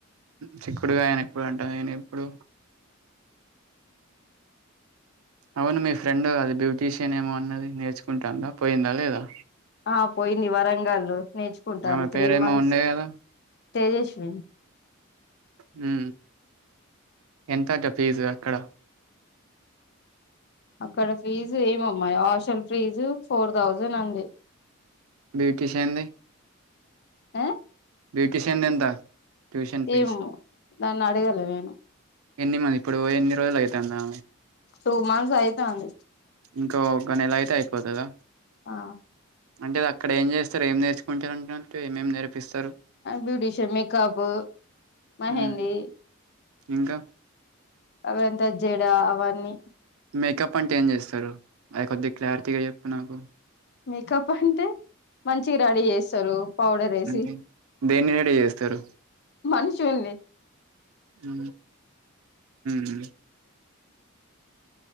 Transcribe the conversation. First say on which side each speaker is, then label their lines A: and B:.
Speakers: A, on the right; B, on the left.
A: చిక్కుడుగాయా అని ఎప్పుడు అంటా నేను ఇప్పుడు అవును మీ ఫ్రెండ్ అది బ్యూటీషియన్ ఏమో అన్నది నేర్చుకుంటాందా పోయిందా లేదా
B: ఆ పోయింది వరంగల్లు నేర్చుకుంటాంది
A: ఆమె
B: త్రీ
A: పేరేమో
B: మంత్స్
A: ఉండే కదా
B: తేజస్వి
A: హు ఎంతాట ఫీజు అక్కడ
B: అక్కడ ఫీజు ఏమో మా హాస్టల్ ఫీజు ఫోర్ థౌజండ్ అంది
A: బ్యూటీషియాంది
B: ఆ
A: బ్యూటీషియన్ది ఎంత ట్యూషన్ ఫీజు
B: ఏమో నన్ను అడిగే ట్టలేను
A: ఎన్ని మరి ఇప్పుడు ఎన్ని రోజులు అయితందా
B: టూ మంత్స్ అయితాంది
A: ఇంకో ఒక్క నెల అయితే అయ్యిపోతదా
B: ఆ
A: అంటే అక్కడ ఏం చేస్తారు ఏం నేర్చుకుంటారు అన్నట్టు ఏమేమి నేర్పిస్తారు
B: బ్యూటిషిన్ మేకప్ మెహెందీ
A: ఉమ్ ఇంకా
B: అవంతా జెడ అవన్నీ
A: మేకప్ అంటే ఏం చేస్తారు అవి కొద్ది గా క్లారిటీగా చెప్పు నాకు
B: మేకప్ అంటే మంచిగా రెడీ చేస్తారు పౌడర్ వేసి
A: అంతే దేన్ని రెడీ చేస్తారు
B: మనుషుల్ని
A: హు హూ